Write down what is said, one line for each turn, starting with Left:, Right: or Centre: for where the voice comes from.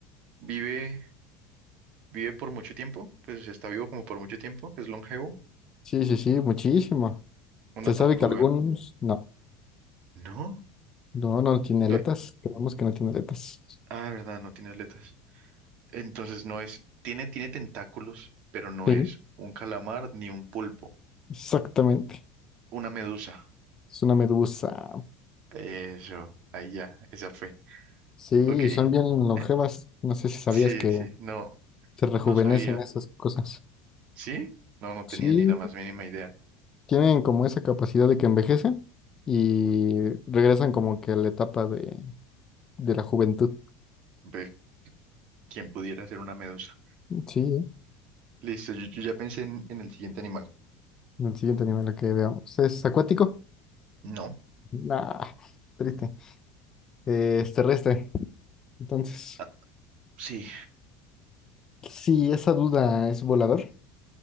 Right: vive, vive por mucho tiempo. Pues o está vivo como por mucho tiempo. Es longevo.
Left: Sí, sí, sí, muchísimo.
Right: Una
Left: Se
Right: tortuga.
Left: sabe que algunos, no,
Right: ¿No?
Left: no, no tiene
Right: No.
Left: aletas. Creemos que no tiene aletas.
Right: Ah, de verdad, no tiene aletas. Entonces no es. Tiene, tiene tentáculos, pero no
Left: Sí,
Right: es un calamar ni un pulpo.
Left: exactamente.
Right: Una medusa.
Left: Es una medusa.
Right: Eso. Ahí ya. Esa fue.
Left: Sí,
Right: Ok,
Left: y son bien longevas.
Right: <laughs>
Left: No sé si sabías
Right: sí,
Left: que
Right: sí, no,
Left: se rejuvenecen
Right: no sabía.
Left: esas cosas.
Right: ¿Sí? No, no tenía
Left: Sí,
Right: ni la más mínima idea.
Left: tienen como esa capacidad de que envejecen y regresan como que a la etapa de, de la juventud.
Right: Ve, ¿quién pudiera ser una medusa?
Left: Sí, ¿eh?
Right: Listo, yo, yo ya pensé en, en el siguiente animal.
Left: en el siguiente nivel que veamos. ¿Es acuático?
Right: No,
Left: Nah, triste. Eh, es terrestre. Entonces,
Right: ah, sí,
Left: si esa duda es volador,